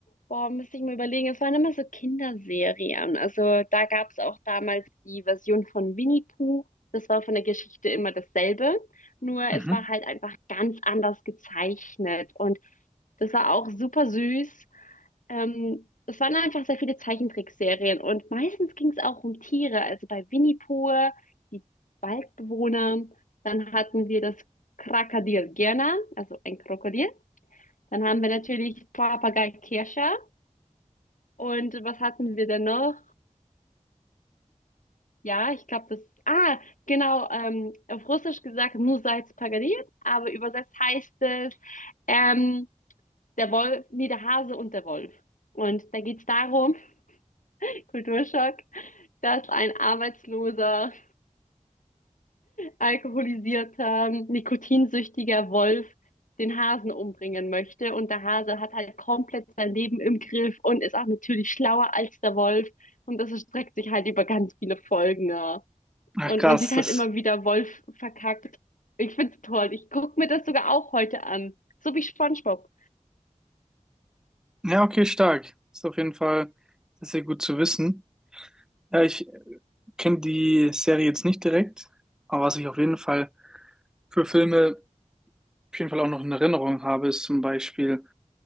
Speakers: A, on the left; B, in the centre.
A: boah, müsste ich mir überlegen, es waren immer so Kinderserien. Also da gab es auch damals die Version von Winnie Pooh. Das war von der Geschichte immer dasselbe. Nur
B: Mhm.
A: es war halt einfach ganz anders gezeichnet. Und das war auch super süß. Ähm, es waren einfach sehr viele Zeichentrickserien. Und meistens ging es auch um Tiere. Also bei Winnie Pooh, die Waldbewohner. Dann hatten wir das Krokodil Gerner, also ein Krokodil. Dann haben wir natürlich Papagei Kirscher. Und was hatten wir denn noch? Ja, ich glaube, das. Ah, genau. Ähm, auf Russisch gesagt, Nusaits Pagadir. Aber übersetzt heißt es ähm, der Wolf, nee, der Hase und der Wolf. Und da geht's darum, <laughs> Kulturschock, dass ein Arbeitsloser alkoholisierter, nikotinsüchtiger Wolf den Hasen umbringen möchte. Und der Hase hat halt komplett sein Leben im Griff und ist auch natürlich schlauer als der Wolf. Und das erstreckt sich halt über ganz viele Folgen. Ja.
B: Ach,
A: Und
B: krass,
A: man sieht halt
B: das.
A: immer wieder Wolf verkackt. Ich find's toll. Ich guck mir das sogar auch heute an. So wie SpongeBob.
B: Ja, okay, stark. Ist auf jeden Fall sehr, sehr gut zu wissen. Ja, ich kenne die Serie jetzt nicht direkt, aber was ich auf jeden Fall für Filme auf jeden Fall auch noch in Erinnerung habe, ist zum Beispiel